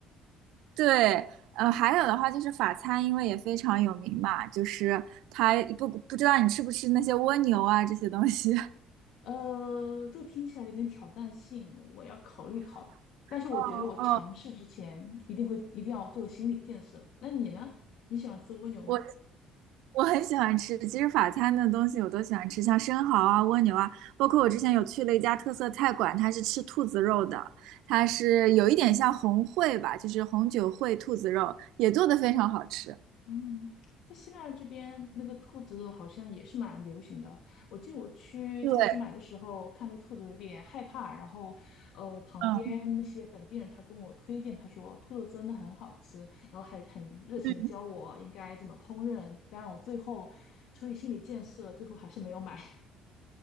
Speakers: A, on the right (about 80°); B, on the left (about 70°).
A: 对，呃，还有的话就是法餐，因为也非常有名嘛，就是它不不知道你吃不吃那些蜗牛啊这些东西。<laughs>
B: 呃，这个听起来有点挑战性，我要考虑考虑。但是我觉得我尝试之前一定会一定要做心理建设。
A: 哦哦，
B: 那你呢？你喜欢吃蜗牛吗？
A: 我我很喜欢吃，其实法餐的东西我都喜欢吃，像生蚝啊、蜗牛啊，包括我之前有去了一家特色菜馆，它是吃兔子肉的，它是有一点像红烩吧，就是红酒烩兔子肉，也做的非常好吃。
B: 嗯，在西班牙这边，那个兔子肉好像也是蛮流行的。我记得我去超市买的时候，
A: 对，
B: 看到兔子有点害怕，然后，呃，我旁边那些本地人他跟我推荐，
A: 嗯，
B: 他说兔肉真的很好吃，然后还很热情的教我应该怎么烹饪。
A: <laughs>
B: 但我最后出于心理建设，最后还是没有买。<laughs>